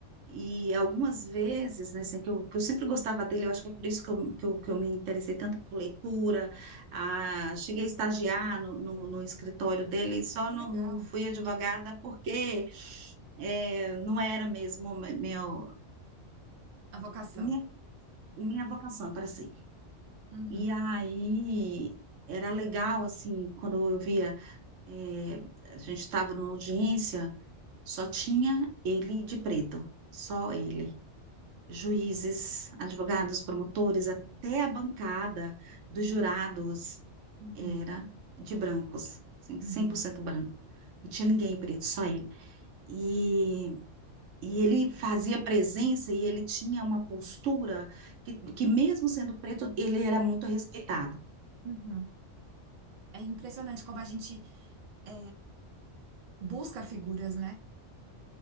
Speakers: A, on the right; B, on the right.
A: E algumas vezes, né, assim, que eu, que eu sempre gostava dele, eu acho que é por isso que eu, que eu, que eu me interessei tanto por leitura. Ah, cheguei a estagiar no, no, no escritório dele, só
B: Legal.
A: não, não fui advogada porque é, não era mesmo meu,
B: A vocação.
A: minha, minha vocação para si.
B: Uhum,
A: E aí era legal, assim, quando eu via, eh, a gente estava numa audiência, só tinha ele de preto, só ele. Juízes, advogados, promotores, até a bancada dos jurados
B: uhum,
A: era de brancos, assim, cem
B: uhum,
A: por cento branco. Não tinha ninguém preto, só ele. E E ele fazia presença e ele tinha uma postura que, que mesmo sendo preto, ele era muito respeitado.
B: uhum. É impressionante como a gente é, busca figuras, né?